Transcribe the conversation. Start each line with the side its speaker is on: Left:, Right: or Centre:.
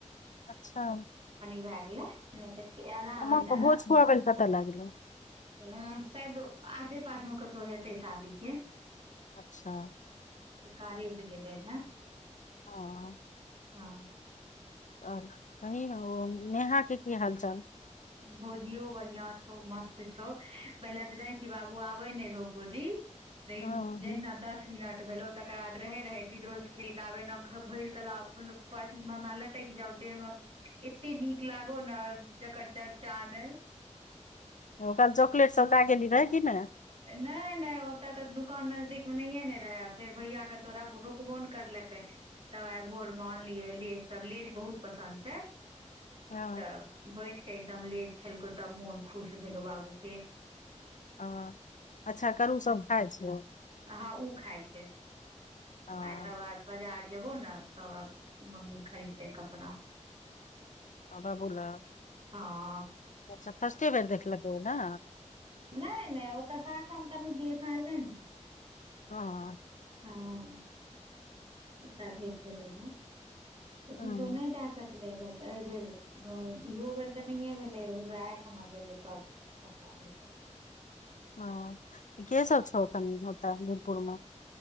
Left: अछा
Right: भए गेलै नहि तऽ आधा
Left: मामा
Right: घंटा
Left: के भोज खुआबै <unintelligible>
Right: हं शायद आसे पास म कतहु हेतै शादी जे
Left: अच्छा
Right: त कारे से गेले रहय
Left: ह
Right: हँ
Left: आ बहिन हो नेहा के की हालचाल
Right: भौजियो बढ़ियां छौ मस्त छौ पहिले तऽ जाय छिय बाबू आबै नहि रहौ गोदी ल
Left: हँ
Right: जयना <unintelligible> द दस मिनट भेलौ तकर बाद रहै रहै किधरोसँ खेल कऽ आबै नव घर भरि क लाउ पथी म हमरा लटैक जाउ देह मे एते नीक लागो ने जकर चर्चा ने
Left: ओकर चॉकलट सब लागेेल रही की ने
Right: नहि नहि ओतऽ तऽ दुकान नजदीकमे नहियए ने रहै फेर भैया के तोरा रुकबोन करलकै तब आइ भोरमे आनलियै लेज तब लेज बहुत पसन्द छै
Left: हँ
Right: तऽ बैठ कऽ एकदम लेज खेलकौ तब मोन खुश भेलहु बाबूके
Left: ओ अच्छा करू सब खाइ छिय
Right: हं उ खाइ छै
Left: हँ
Right: आइ तबा बजार जेबौ ने तब मम्मी खरीद दे कपड़ा
Left: आ बाबू ला
Right: हँ
Left: अच्छा फस्टेबेर देखलकै न
Right: नहि नहि ओ तऽ सार सता न द लै ने
Left: ह
Right: हँ एकटा भेट गेलै रहऽ त
Left: हँ
Right: किछो नहि दए सकै नले रहै तऽ एहिबर इहो बेर तऽ नहिए भेलै आइ खना जेबै तब कपड़ा लेत
Left: हं केसब छौ ओत वीरपुरमे